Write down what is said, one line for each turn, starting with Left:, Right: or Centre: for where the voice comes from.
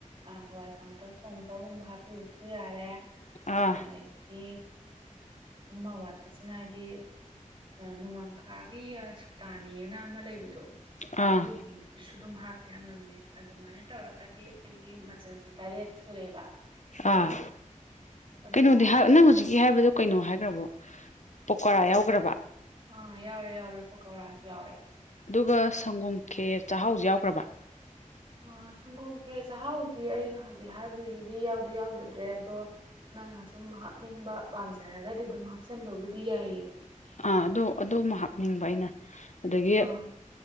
Right: ꯑ ꯍꯋꯥꯏ ꯀꯥꯡꯥꯡꯊꯛ ꯊꯣꯡꯕꯒꯨꯝꯕ ꯍꯥꯞꯄꯤꯕꯁꯨ ꯌꯥꯔꯦ
Left: ꯑꯥ
Right: ꯑꯗꯒꯤ ꯑꯃ ꯋꯥꯠꯄꯁꯤꯅ ꯍꯥꯏꯗꯤ ꯅꯣꯡꯃꯥꯡꯈꯥ ꯒꯤ ꯁꯨꯇꯥꯅꯤꯅ ꯑꯃ ꯂꯩꯕꯗꯣ
Left: ꯑꯥ
Right: ꯑꯗꯨꯒꯤ ꯁꯨ ꯑꯗꯨꯝ ꯍꯥꯞꯇꯦ ꯌꯥꯝ ꯅꯪꯅꯤ ꯑꯗꯨꯃꯥꯏꯅ ꯇꯧꯔꯒꯗꯤ ꯑꯩꯈꯣꯏꯒꯤ ꯃꯆꯜꯁꯦ ꯇꯔꯦꯠ ꯁꯨꯔꯦꯕ
Left: ꯑꯥ
Right: ꯑꯗꯣ
Left: ꯀꯩꯅꯣꯗꯤ ꯅꯪ ꯍꯧꯖꯤꯛꯀꯤ ꯍꯥꯏꯕꯗꯣ ꯀꯩꯅꯣ ꯍꯥꯏꯈ꯭ꯔꯕꯣ ꯄꯀꯧꯔꯥ ꯌꯥꯎꯈ꯭ꯔꯕ
Right: ꯑꯥ ꯌꯥꯎꯔꯦ ꯌꯥꯎꯔꯦ ꯄꯀꯧꯔꯥꯁꯨ ꯌꯥꯎꯔꯦ
Left: ꯑꯗꯨꯒ ꯁꯪꯒꯣꯝ
Right: ꯍꯥꯏꯗꯤ
Left: ꯈꯦꯔ ꯆꯥꯛꯍꯥꯎꯁꯨ ꯌꯥꯎꯈ꯭ꯔꯕ
Right: ꯑ ꯁꯪꯒꯣꯝ ꯈꯦꯔ ꯆꯥꯛꯍꯥꯎꯗꯤ ꯑꯩꯅ ꯍꯧꯖꯤꯛ ꯍꯥꯏꯕꯗꯨꯗꯤ ꯌꯥꯎꯗꯤ ꯌꯥꯎꯗ꯭ꯔꯦ ꯑꯗꯣ ꯅꯪꯅ ꯁꯨꯝ ꯍꯥꯞꯅꯤꯡꯕ ꯄꯥꯝꯖꯔꯒꯗꯤ ꯑꯗꯨꯝ ꯍꯥꯞꯆꯟꯕꯕꯨꯗꯤ ꯌꯥꯏꯌꯦ
Left: ꯑꯥ ꯑꯗꯨ ꯑꯗꯨ ꯑꯃ ꯍꯥꯞꯅꯤꯡꯕ ꯑꯩꯅ ꯑꯗꯒꯤ
Right: ꯑꯥ